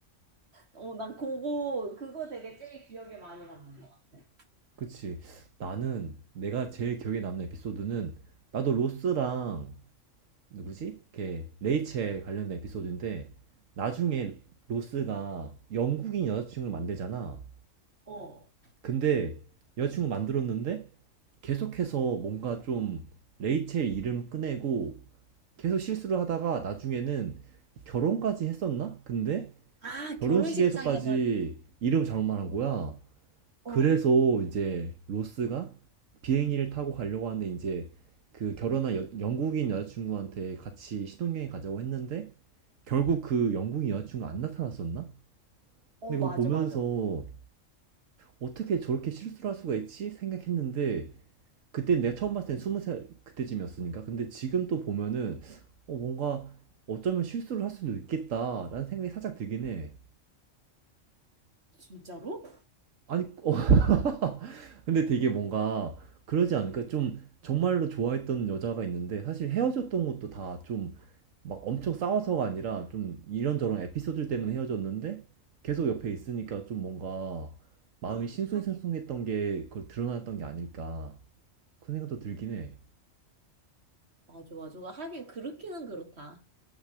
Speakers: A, on the right; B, on the right.
A: 어, 난 그거 그거 되게 제일 기억에 많이 남는 것 같아.
B: 그치. 나는 내가 제일 기억에 남는 에피소드는 나도 로스랑 누구지? 걔 레이첼 관련된 에피소드인데 나중에 로스가 영국인 여자친구를 만들잖아.
A: 어.
B: 근데 여자친구 만들었는데 계속해서 뭔가 좀 레이첼 이름 꺼내고 계속 실수를 하다가 나중에는 결혼까지 했었나? 근데
A: 아,
B: 결혼식에서까지
A: 결혼식장에서
B: 이름 잘못 말한 거야.
A: 어,
B: 그래서 이제 로스가 비행기를 타고 가려고 하는데 이제 그 결혼한 여- 영국인 여자친구한테 같이 신혼여행 가자고 했는데 결국 그 영국인 여자친구 안 나타났었나?
A: 어,
B: 근데
A: 맞아,
B: 그거 보면서
A: 맞아.
B: 어떻게 저렇게 실수를 할 수가 있지? 생각했는데 그때 내가 처음 봤을 땐 20살 그때쯤이었으니까. 근데 지금 또 보면은 어, 뭔가 어쩌면 실수를 할 수도 있겠다라는 생각이 살짝 들긴 해.
A: 진짜로?
B: 아니, 어, <laughs> 근데 되게 뭔가 그러지 않을까?
A: 음.
B: 좀 정말로 좋아했던 여자가 있는데 사실 헤어졌던 것도 다 좀 막 엄청 싸워서가 아니라 좀 이런저런 에피소드 때문에 헤어졌는데 계속 옆에 있으니까 좀 뭔가 마음이
A: 아,
B: 싱숭생숭했던
A: 하긴.
B: 게 그걸 드러났던 게 아닐까. 그 생각도 들긴 해.
A: 맞아, 맞아. 하긴 그렇기는 그렇다.